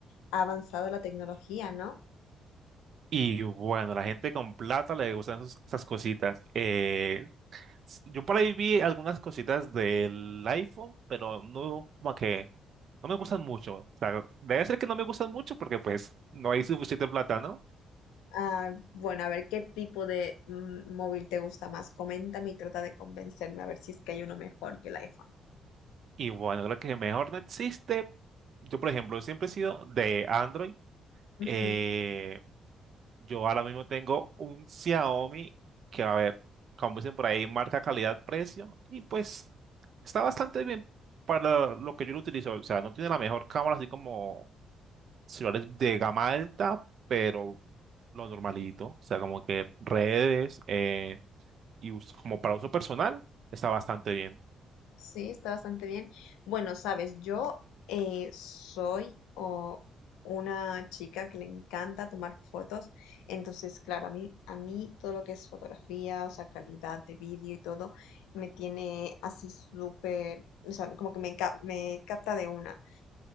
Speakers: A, on the left; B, on the right.
A: ha avanzado la tecnología, ¿no?
B: Y bueno, la gente con plata le gustan sus- esas cositas. Eh, s- yo por ahí vi algunas cositas del iPhone, pero no, como que no me gustan mucho. O sea, debe ser que no me gustan mucho porque pues no hay suficiente plata, ¿no?
A: Ah, bueno, a ver qué tipo de mm, móvil te gusta más. Coméntame y trata de convencerme a ver si es que hay uno mejor que el iPhone.
B: Y bueno, creo que mejor no existe. Yo, por ejemplo, siempre he sido de Android.
A: Ujú.
B: Eh, Yo ahora mismo tengo un Xiaomi que, a ver, como dicen por ahí, marca calidad-precio y pues está bastante bien para lo que yo lo utilizo. O sea, no tiene la mejor cámara, así como celulares de gama alta, pero lo normalito. O sea, como que redes eh, y us- como para uso personal está bastante bien.
A: Sí, está bastante bien. Bueno, sabes, yo eh, soy o, una chica que le encanta tomar fotos, entonces, claro, a mí, a mí todo lo que es fotografía, o sea, calidad de vídeo y todo, me tiene así súper, o sea, como que me, cap- me capta de una